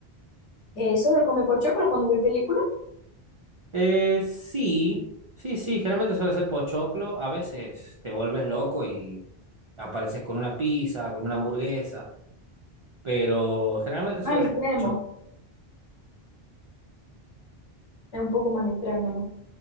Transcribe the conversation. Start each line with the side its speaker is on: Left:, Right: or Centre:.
Left: Eh, ¿sos de comer pochoclo cuando ve película?
Right: Eh, sí, sí, sí, generalmente suele ser pochoclo. A veces te vuelves loco y apareces con una pizza, con una hamburguesa, pero generalmente
Left: Más
Right: suele
Left: extremo,
Right: ser pochoclo.
Left: es un poco más extremo, ¿no?